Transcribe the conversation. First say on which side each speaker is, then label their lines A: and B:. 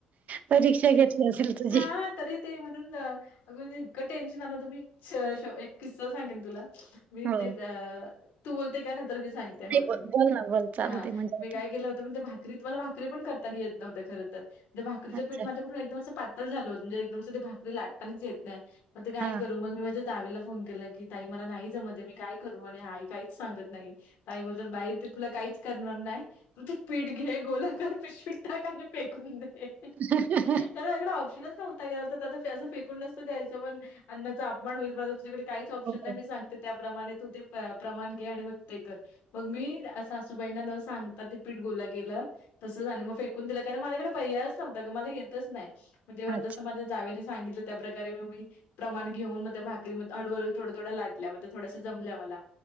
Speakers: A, on the right; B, on the left.
A: परीक्षा घेतली असेल, तुझी.
B: हां, तरी ते म्हणून अग म्हणजे, इतकं टेन्शन आल होतं. मी स स एक किस्सा सांगेन तुला. मी
A: हो नाही
B: ते द अ तू बोलते का? नंतर मी सांगते. हवं
A: बोल
B: तर.
A: बोल ना बोल चालू
B: हा,
A: दे म्हणजे
B: मी काय गेलं होत माहितेय. भात भाकरी. मला भाकरी पण करता ना येत नव्ह्यत्या खर तर. म्हणजे भाकरीच
A: अच्छा
B: पीठ माझ्याकडून एकदम असं पात तळ झाल होत. म्हणजे एकदम असं ते भाकरी लाटतानीच येत नाही. मग ते काय
A: हा
B: करू? मग मी माझ जावेला फोन केला की, ताई मला नाही जमतय. मी काय करू? आणि आई काहीच सांगत नाही. ताई बोलत्या बाई, ते तुला काहीच करणार नाही. तु, ते पीठ घे. गोला कर. पिशवीत टाक आणि फेकून दे.
A: <unintelligible>
B: कारण इकडा ऑप्शच न्हवता. <unintelligible> आता असं फेकून नसतं द्यायचं. पण अन्नाचा अपमान होईल ब आता तुझ्याकडे काय ऑप्शन
A: हो
B: नाही.
A: हो.
B: मी सांगते, त्याप्रमाणे तू ते प्रमाण घे. आणि मग ते कर. मग मी सासूबाईंना न सांगता, ते पीठ गोला केलं. तसच आणि मग फेकून दिल. का म माझ्याकडे पर्याच नव्हता गं. मला येतच नाय. म जेव्हा
A: अच्छा
B: जसं, माझ्या जावेने सांगितलं. त्याप्रकारे म मी प्रमाण घेऊन म त्या भाकरी म हळूहळू थोड्या - थोड्या लाटल्या. म त्या थोड्याशा, जमल्या मला.